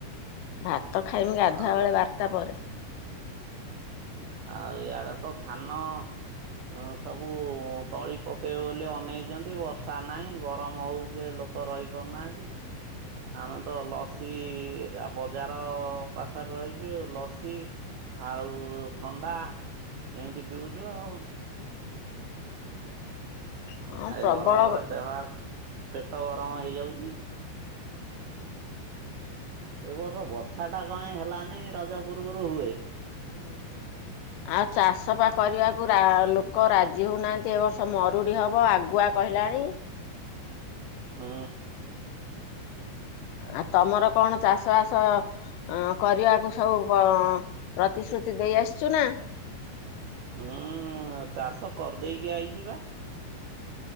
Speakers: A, on the left (about 85°); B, on the right (about 70°).
A: ଭାତ ଖାଇମି ଗାଧୁଆ
B: ହଁ
A: ବେଳେ ବାରଟା ପରେ।
B: ଆଉ ଇଆଡେ ତ ଧାନ ଅଁ ସବୁ ତଳି ପକେଇବେ ବୋଲି ଅନେଇଚନ୍ତି ବର୍ଷା ନାହିଁ ଗରମ ହଉଚି ଯେ ଲୋ କ ରହି ପାରୁ ନାହାନ୍ତି। ଆମେ ତ ଲସି ବଜାର ପାଖରେ ରହିଚୁ ଲସି ଆଉ ଥଣ୍ଡା ଏମିତି ପିଉଛୁ ଆଉ।
A: ହଁ
B: ଆ ଏ
A: ପ୍ରବଳ
B: ଗରମରେ ଦେହ ହା ପେଟ ଗରମ ହେଇଯାଉଚି। ଏ ବର୍ଷ ବର୍ଷା ଟା କଁ ପାଇଁ ହେଲାନେଇଁ ରଜ ପୂର୍ବରୁ ହୁଏ।
A: <unintelligible> ଆଉ ଚାଷ ପା କରିବାକୁ ରା ଲୋକ ରାଜି ହଉନାହାନ୍ତି ଏ ବର୍ଷ ମରୁଡି ହବ ଆଗୁଆ କହିଲାଣି।
B: ହୁଁ।
A: ଆ ତମର କଣ ଚାଷ ବାସ ଅ କରିବାକୁ ସବୁ ପ ପ୍ରତିଶ୍ରୁତି ଦେଇ ଆସିଛୁ ନା।
B: ହୁଁ ଚାଷ କରିଦେଇକି ଆଇଚିପା।